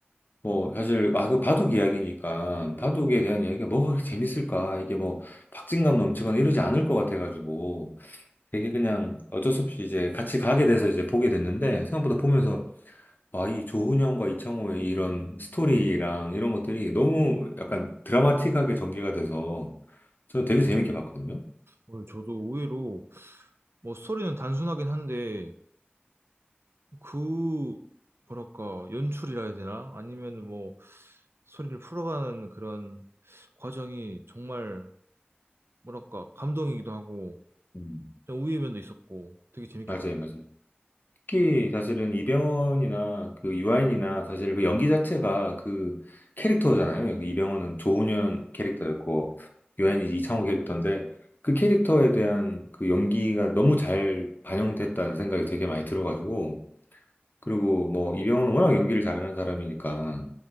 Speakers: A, on the left; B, on the right.
A: 뭐 사실 아 그 바둑 이야기니까 바둑에 대한 이야기가 뭐가 그렇게 재밌을까 이게 뭐 박진감 넘치거나 이러지 않을 것 같아가지고 되게 그냥 어쩔 수 없이 이제 같이 가게 돼서 이제 보게 됐는데 생각보다 보면서 와, 이 조훈현과 이창호의 이런 스토리랑 이런 것들이 너무 약간 드라마틱하게 전개가 돼서 저는 되게 재밌게 봤거든요.
B: 어, 저도 의외로 뭐 스토리는 단순하긴 한데 그 뭐랄까 연출이라 해야 되나? 아니면 뭐 소리를 풀어가는 그런 과정이 정말 뭐랄까 감동이기도 하고
A: 음.
B: 좀 우위의 면도 있었고 되게 재밌게
A: 맞아요,
B: 봤어요.
A: 맞아요. 특히 사실은 이병헌이나 그 유아인이나 사실 그 연기 자체가 그 캐릭터잖아요. 여기 이병헌은 조훈현 캐릭터였고 유아인이 이창호 캐릭터인데 그 캐릭터에 대한 그 연기가 너무 잘 반영됐다는 생각이 되게 많이 들어가지고 그리고 뭐 이병헌은 워낙 연기를 잘하는 사람이니까